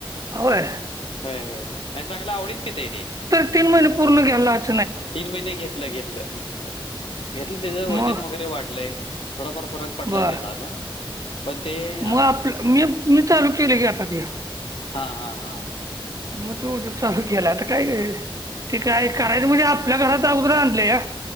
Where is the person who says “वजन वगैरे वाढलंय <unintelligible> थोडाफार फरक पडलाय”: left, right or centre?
Left